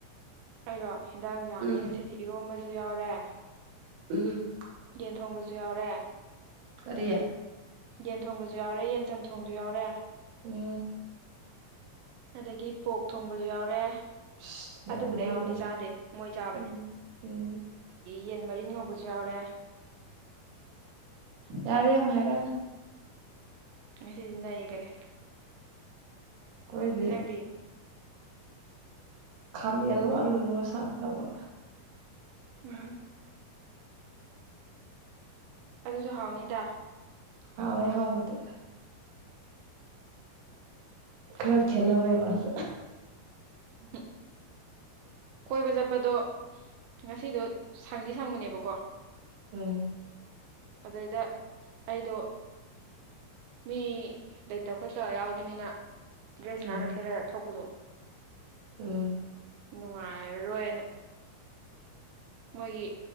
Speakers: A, on the right; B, on the right.
A: ꯑꯩꯔꯣ ꯍꯦꯟꯗꯡ ꯌꯥꯝꯃꯦ
B: ꯎꯝ
A: ꯉꯁꯤꯗꯤ ꯏꯔꯣꯝꯕꯁꯨ ꯌꯥꯎꯔꯦ
B: ꯎꯝ
A: ꯌꯦꯟ ꯊꯣꯡꯕꯁꯨ ꯌꯥꯎꯔꯦ
B: ꯀꯔꯤ?
A: ꯌꯦꯟ ꯊꯣꯡꯕꯖꯨ ꯌꯥꯎꯔꯦ ꯌꯦꯟ ꯆꯝ ꯊꯣꯡꯖꯨ ꯌꯥꯎꯔꯦ꯫
B: ꯎꯝ
A: ꯑꯗꯒꯤ ꯄꯣꯛ ꯊꯣꯡꯕꯁꯨ ꯌꯥꯎꯔꯦ
B: ꯑꯁ ꯌꯥꯝ
A: ꯑꯗꯨꯕꯨꯗꯤ
B: ꯌꯥꯎꯔꯦꯗ
A: ꯑꯩꯕꯨꯗꯤ ꯆꯥꯗꯦ ꯃꯣꯏ ꯆꯥꯕꯅꯦ
B: ꯎꯝ ꯎꯝ
A: ꯌꯦꯟ ꯃꯔꯤꯟ ꯉꯧꯕꯁꯨ ꯌꯥꯎꯔꯦ
B: ꯌꯥꯔꯦ ꯌꯥꯝꯍꯥꯏꯔꯛꯑꯅꯨ
A: ꯉꯁꯤꯗꯤ ꯅꯩꯒꯔꯦ
B: ꯈꯣꯏꯗꯤ
A: ꯅꯪꯗꯤ
B: ꯈꯥꯃꯦꯟꯂꯣ ꯑꯂꯨꯑꯣ ꯁꯥꯛ ꯇꯧꯕ
A: ꯎꯝ ꯑꯗꯨꯖꯨ ꯍꯥꯎꯅꯤꯗ
B: ꯍꯥꯎꯋꯤ ꯍꯥꯎꯕꯗꯤ ꯈꯔ ꯈꯦꯠꯅꯕꯩ ꯋꯥꯁꯦ
A: ꯎꯝ ꯀꯣꯏꯕ ꯆꯠꯄꯗꯣ ꯉꯁꯤꯗꯣ ꯁꯪꯗꯤ ꯁꯪꯕꯅꯦꯕꯀꯣ
B: ꯎꯝ
A: ꯑꯗꯩꯗ ꯑꯩꯗꯣ ꯃꯤ ꯂꯩꯇ ꯈꯣꯠꯇꯕ ꯌꯥꯎꯕꯅꯤꯅ ꯗ꯭ꯔꯦꯁ
B: ꯎꯝ
A: ꯅꯥꯟꯅ ꯁꯦꯠꯂꯒ ꯊꯣꯛꯄꯗꯣ
B: ꯎꯝ
A: ꯅꯨꯡꯉꯥꯏꯔꯔꯣꯏꯅ ꯃꯣꯏꯒꯤ